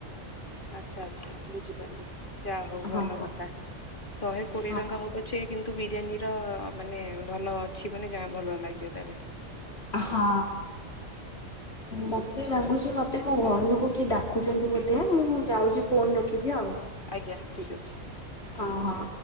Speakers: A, on the left (about 45°); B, on the left (about 65°).
A: ଆଚଛା ଆଚଛା ବୁଝିପାରିଲି ଯାହା ହଉ ଭଲ
B: ହଁ।
A: କଥା ଶହେ କୋଡିଏ
B: ହଁ।
A: ଟଙ୍କା ହବ ଛ କିନ୍ତୁ ବିରିୟାନୀର ମାନେ ଭଲ ଅଛି ମାନେ ଯା ଭଲ ଲାଗିବ ତାହେଲେ
B: ହଁ ମତେ ଲାଗୁଛି ମତେ ମୋ ଘର ଲୋକ କିଏ ଡାକୁଛନ୍ତି ବୋଧେ ମୁଁ ଯାଉଛି ଫୋନ ରଖିକି ଆଉ।
A: ଆଜ୍ଞା ଠିକ୍ ଅଛି।
B: ହଁ ହଁ।